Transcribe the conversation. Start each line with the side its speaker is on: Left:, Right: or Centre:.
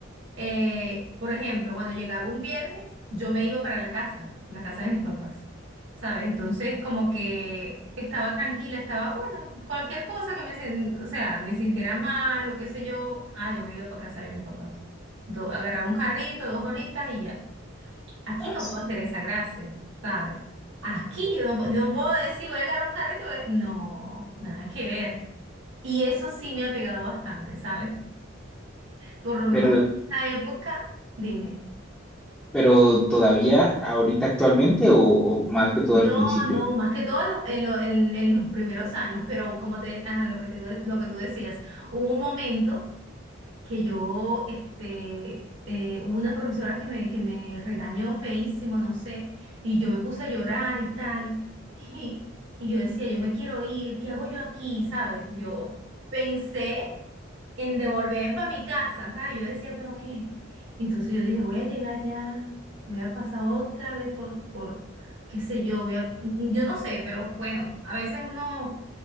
Right: eh, por ejemplo, cuando llegaba un viernes, yo me iba para la casa, la casa de mis papás, ¿sabes? Entonces, como que estaba tranquila, estaba, bueno, cualquier cosa que me, sen- o sea, me sintiera mal o qué sé yo, ah, yo me iba para casa de mis papás. Do- agarraba un carrito, dos horitas y ya. Aquí
Centre: Así.
Right: no puedo hacer esa gracia, ¿sabes? Aquí yo no, pu- yo no puedo decir, voy a agarrar un carrito. voy a-". No, nada que ver. Y eso sí me ha pegado bastante, ¿sabes? Por lo menos
Centre: Pero,
Right: en esa época, dime.
Centre: pero todavía, ahorita actualmente, o, o más que todo
Right: No,
Centre: al principio.
Right: no, más que todo en los, en lo- en- en los primeros años, pero como te, ajá, lo que te- lo que tú decías, hubo un momento que yo, este, eh, hubo una profesora que me, que me regañó feísimo, no sé, y yo me puse a llorar y tal, y, y yo decía, yo me quiero ir, ¿qué hago yo aquí? ¿Sabes? Yo pensé en devolverme para mi casa, ¿sabes? Yo decía, ¿pero qué? Entonces yo dije, voy a llegar ya, voy a pasar otra vez por, por, qué sé yo, voy a, yo no sé, pero bueno, a veces uno